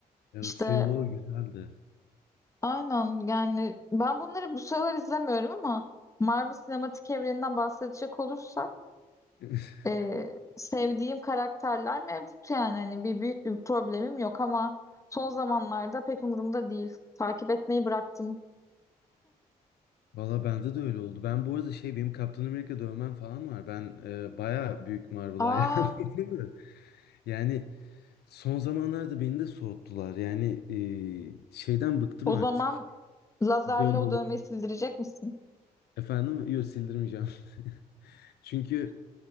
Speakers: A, on the left; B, on the left.
A: Evet,
B: İşte
A: Civil War güzeldi.
B: Aynen yani ben bunları bu sıralar izlemiyorum ama Marvel sinematik evreninden bahsedecek olursak
A: <laughs>
B: e, sevdiğim karakterler mevcut yani hani bir büyük bir problemim yok ama son zamanlarda pek umurumda değil. Takip etmeyi bıraktım.
A: Valla bende de öyle oldu. Ben bu arada şey benim Kaptan Amerika dövmem falan var. Ben e, baya büyük Marvel
B: Aa
A: hayranıyım. <laughs> da. Yani son zamanlarda beni de soğuttular. Yani e, şeyden bıktım
B: o
A: artık.
B: zaman lazerle
A: Dön
B: o dövmeyi sildirecek misin?
A: Efendim? Yok sildirmeyeceğim. <laughs> Çünkü